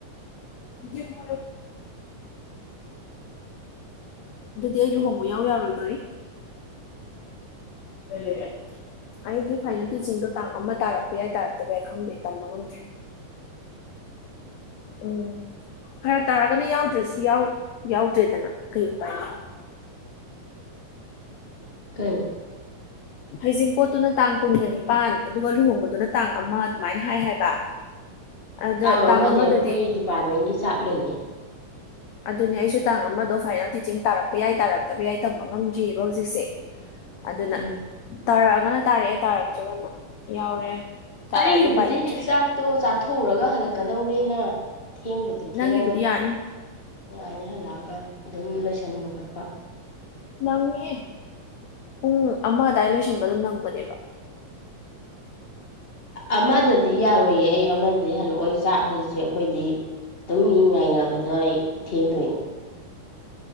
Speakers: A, on the left (about 80°); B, on the left (about 30°).
A: <unintelligible> ꯑꯗꯨꯗꯤ ꯑꯩ ꯂꯨꯍꯣꯡꯕ ꯌꯥꯎ ꯌꯥꯔꯣꯏꯗꯣꯔꯤ ꯀꯔꯤ ꯑꯩꯒꯤ ꯐꯥꯏꯅꯦꯜ ꯇꯤꯆꯤꯡꯗꯣ ꯇꯥꯡ ꯑꯃ ꯇꯥꯔꯛꯄ ꯌꯥꯏ ꯇꯥꯔꯛꯇꯕ ꯌꯥꯏ ꯈꯪꯗꯦ ꯇꯝꯕ ꯉꯝꯗꯦ ꯎꯝ ꯐꯔꯛ ꯇꯥꯔꯒꯅ ꯌꯥꯎꯗ꯭ꯔꯁꯨ ꯌꯥꯎꯗ꯭ꯔꯦꯗꯅ ꯀꯩ ꯎꯄꯥꯏ ꯂꯩ
B: ꯀꯩ
A: ꯍꯩꯖꯤꯡꯄꯣꯠꯇꯨꯅ ꯇꯥꯡ ꯀꯨꯟꯒ ꯅꯤꯄꯥꯟ ꯑꯗꯨꯒ ꯂꯨꯍꯣꯡꯕꯗꯨꯅ ꯇꯥꯡ ꯑꯃ ꯑꯗꯨꯃꯥꯏ ꯍꯥꯏ ꯍꯥꯏꯕ ꯑꯗꯣ
B: ꯇꯥꯡ ꯑꯃꯗꯤ
A: ꯑꯃꯗꯨꯗꯤ
B: ꯑꯩꯈꯣꯏ ꯗꯤꯄꯥꯔ꯭ꯠꯃꯦꯟꯒꯤ ꯆꯥꯛ ꯂꯩꯅꯦ
A: ꯑꯗꯨꯅꯦ ꯑꯩꯁꯨ ꯇꯥꯡ ꯑꯃꯗꯣ ꯐꯥꯏꯅꯦꯜ ꯇꯤꯆꯤꯡ ꯇꯥꯔꯛꯄ ꯌꯥꯏ ꯇꯥꯔꯛꯇꯕ ꯌꯥꯏ ꯇꯝꯕ ꯉꯝꯗ꯭ꯔꯤꯕ ꯍꯧꯖꯤꯛꯁꯦ
B: <inaudible>
A: ꯑꯗꯨꯅꯥ
B: ꯎꯝ
A: ꯇꯥꯔꯛꯑꯒꯅꯥ ꯇꯥꯔꯛꯑꯦ ꯇꯥꯔꯛꯇ꯭ꯔꯒꯅ ꯌꯥꯎꯔꯦ ꯇꯥꯔꯛꯑꯗꯤ
B: ꯑꯩꯒꯤꯕꯨꯗꯤ
A: ꯎꯄꯥꯏ ꯂꯩꯇ꯭ꯔꯦ
B: ꯆꯥꯛꯇꯣ ꯆꯥꯊꯣꯛꯎꯔꯒ ꯍꯜꯂꯛꯀꯗꯧꯅꯤꯅ ꯊꯦꯡꯕꯨꯗꯤ ꯊꯦꯡꯉꯣꯏ
A: ꯅꯪꯒꯤꯕꯨꯗꯤ ꯌꯥꯅꯤ
B: ꯌꯥꯅꯤ ꯍꯜꯂꯛꯑꯒ ꯑꯗꯨꯝ ꯂꯣꯏꯁꯟꯕ ꯈꯣꯠꯄ
A: ꯅꯪꯅꯤꯍꯦ ꯄꯨꯡ ꯑꯃ ꯑꯗꯥꯏ ꯂꯣꯏꯁꯟꯕ ꯑꯗꯨꯝ ꯅꯪꯕꯅꯦꯕ
B: ꯑꯃꯗꯗꯤ ꯌꯥꯔꯣꯏꯌꯦ ꯑꯩ ꯑꯃꯗꯗꯤ ꯍꯜꯂꯛꯑꯣꯏ ꯆꯥꯛ ꯍꯥꯏꯁꯦ ꯑꯩꯈꯣꯏꯗꯤ ꯑꯗꯨꯝ ꯃꯤ ꯉꯥꯏꯅꯕꯗ ꯑꯩ ꯊꯦꯡꯗꯣꯏꯅꯤ